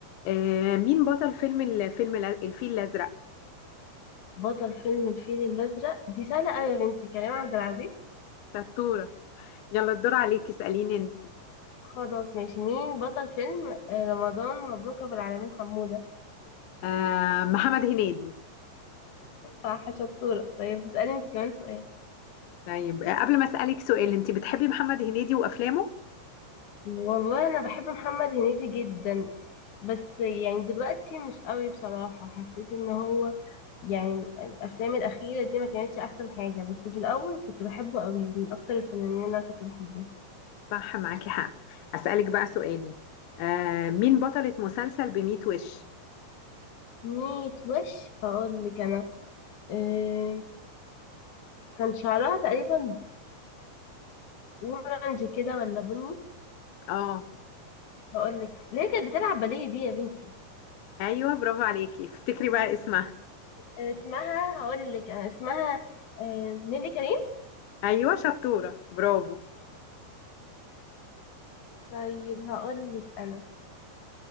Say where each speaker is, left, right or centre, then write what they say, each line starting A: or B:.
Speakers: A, on the left; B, on the left.
A: آه، مين بطل فيلم الفيلم الفيل الازرق
B: بطل فيلم الفيل الازرق دي سهله قوي يا بنتي كريم عبد العزيز
A: شطورة يلا الدور عليكي اسأليني انتي
B: خلاص ماشي مين بطل فيلم آه، رمضان مبروك ابو العالمين حموده
A: آه، محمد هنيدي
B: صح شطوره طيب اسالي انت كمان سؤال
A: طيب آه، قبل ما اسألك سؤال انتي بتحبي محمد هنيدي وافلامه
B: والله انا بحب محمد هنيدي جدا بس يعني دلوقتي مش قوي بصراحه حسيت ان هو يعني الافلام الاخيره دي ما كانتش احسن حاجه بس في الاول كنت بحبه قوي من اكتر الفنانين اللي انا كنت بحبه
A: صح معاكي حق اسألك بقى سؤالي آه، مين بطلة مسلسل بميت وش
B: ميت وش هقول لك انا إيه كان شعرها تقريبا اورنج كده ولا بني
A: اه
B: هقول لك ليه كانت بتلعب باليه دي يا بنتي
A: ايوه برافو عليكي افتكري بقى اسمها
B: إيه اسمها هقول لك انا اسمها إيه نيلي كريم
A: ايوه شطوره برافو
B: طيب هقول لك انا